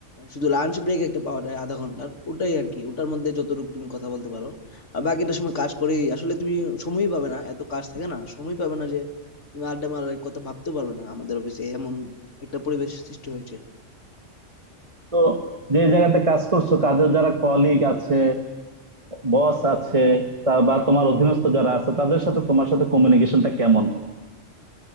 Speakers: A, on the left (about 70°); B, on the right (about 25°).
A: শুধু লাঞ্চ ব্রেক একটা পাওয়া যায় আধা ঘন্টার ওটাই আর কি ওটার মধ্যে যতটুকু তুমি কথা বলতে পারো আর বাকিটা সময় কাজ করেই আসলে তুমি সময়ই পাবে না এত কাজ থাকে না সময় পাবে না যে তুমি আড্ডা মারার কথা ভাবতেও পারবে না আমাদের অফিসে এমন একটা পরিবেশ সৃষ্টি হয়েছে
B: তো যে জায়গাতে কাজ করছো কাজের যারা কলিগ আছে বস আছে তা বা তোমার অধীনস্থ যারা আছে তাদের সাথে তোমার সাথে কমিউনিকেশনটা কেমন